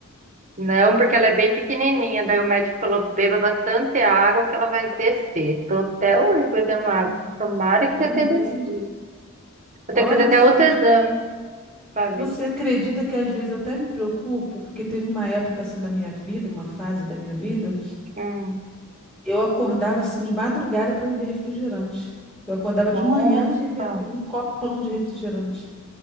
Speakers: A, on the right; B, in the centre.
A: Não, porque ela é bem pequenininha. Daí o médico falou: beba bastante água que ela vai descer. Tô até hoje bebendo água. Tomara que
B: É
A: já tenha
B: mesmo.
A: descido. Vou
B: Olha,
A: ter que fazer até
B: você
A: outro
B: acredita,
A: exame para
B: você
A: ver.
B: acredita que às vezes eu até me preocupo, porque teve uma época assim da minha vida, uma fase da minha vida,
A: Hum,
B: eu acordava assim de madrugada para beber refrigerante. Eu acordava de
A: nossa,
B: manhã beber um copão de refrigerante.